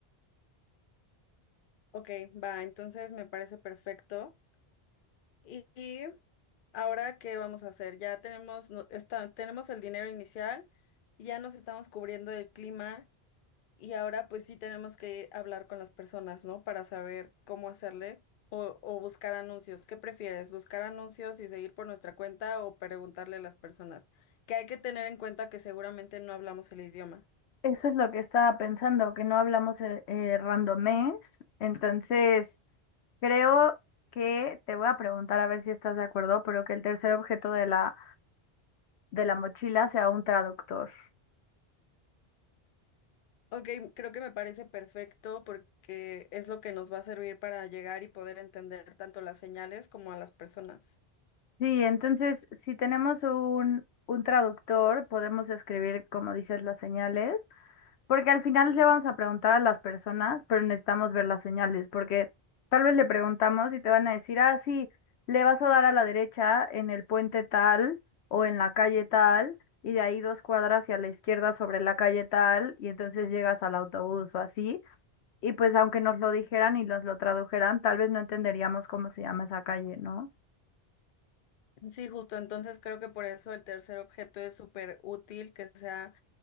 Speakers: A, on the left (about 60°); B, on the left (about 85°).
A: Ok, va, entonces me parece perfecto. Y, y ahora, ¿qué vamos a hacer? Ya tenemos, no- está- tenemos el dinero inicial, ya nos estamos cubriendo el clima. Y ahora pues sí tenemos que hablar con las personas, ¿no? Para saber cómo hacerle o, o buscar anuncios. ¿Qué prefieres? ¿Buscar anuncios y seguir por nuestra cuenta o preguntarle a las personas? Que hay que tener en cuenta que seguramente no hablamos el idioma.
B: Eso es lo que estaba pensando, que no hablamos eh, eh, randomés. Entonces, creo que te voy a preguntar a ver si estás de acuerdo, pero que el tercer objeto de la, de la mochila sea un traductor.
A: Ok, creo que me parece perfecto porque es lo que nos va a servir para llegar y poder entender tanto las señales como a las personas.
B: Sí, entonces si tenemos un, un traductor, podemos escribir, como dices, las señales, porque al final le vamos a preguntar a las personas, pero necesitamos ver las señales, porque tal vez le preguntamos y te van a decir, ah, sí, le vas a dar a la derecha en el puente tal o en la calle tal, y de ahí dos cuadras y a la izquierda sobre la calle tal, y entonces llegas al autobús o así, y pues aunque nos lo dijeran y nos lo tradujeran, tal vez no entenderíamos cómo se llama esa calle, ¿no?
A: Sí, justo. Entonces creo que por eso el tercer objeto es súper útil que sea